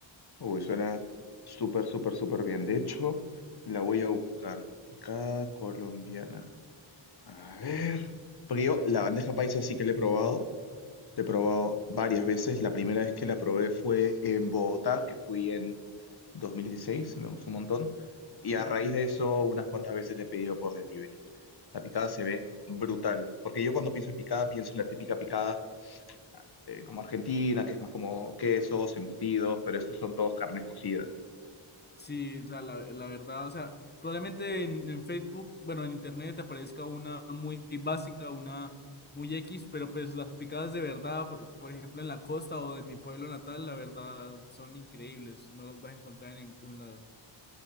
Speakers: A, on the left; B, on the left.
A: Uy, suena súper, súper, súper bien. De hecho, la voy a buscar. Picada colombiana. A ver. Porque yo la bandeja paisa sí que la he probado. La he probado varias veces. La primera vez que la probé fue en Bogotá, que fui en 2016, me gustó un montón. Y a
B: <laughs>
A: raíz de eso, unas cuantas veces le he pedido por delivery. La picada se ve brutal, porque yo cuando pienso en picada, pienso en la típica picada eh, como argentina, que es más como quesos, embutidos, pero estos son todos carnes cocidas.
B: Sí, o sea, la, la verdad, o sea, probablemente en, en Facebook, bueno, en Internet te aparezca una muy básica, una muy X, pero pues las picadas de verdad, por, por ejemplo, en la costa o de mi pueblo natal, la verdad son increíbles, no las vas a encontrar en ningún lado.